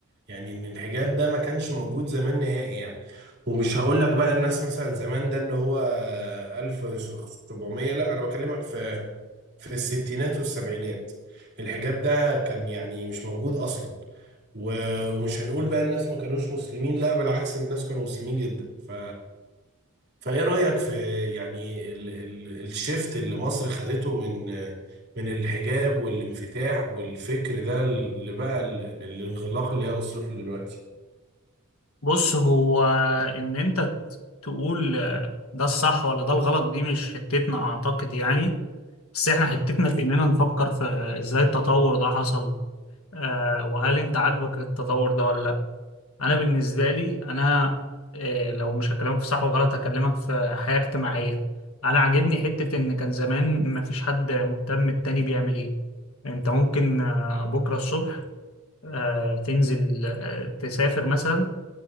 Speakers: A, on the right; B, on the left.
A: يعني ان الحجاب ده ما كانش موجود زمان نهائي يعني ومش هقول لك بقى الناس مثلا زمان ده اللي هو 1700 لا انا بكلمك في في الستينات والسبعينات الحجاب ده كان يعني مش موجود اصلا و- ومش هنقول بقى الناس ما كانوش مسلمين لا بالعكس الناس كانوا مسلمين جدا ف فايه رأيك في يعني ال ال الشيفت اللي مصر خدته من من الحجاب والانفتاح والفكر ده اللي بقى ال- الانغلاق اللي هي وصلت له دلوقتي
B: بص هو ان انت ت- تقول ده الصح ولا ده الغلط دي مش حتتنا اعتقد يعني بس احنا حتتنا في اننا نفكر في ازاي التطور ده حصل آه وهل انت عاجبك التطور ده ولا لا انا بالنسبه لي انا آه لو مش هكلمك في صح وغلط هكلمك في حياه اجتماعيه انا عاجبني حته ان كان زمان مفيش حد مهتم التاني بيعمل ايه انت ممكن آه، بكره الصبح آه، تنزل آه، تسافر مثلا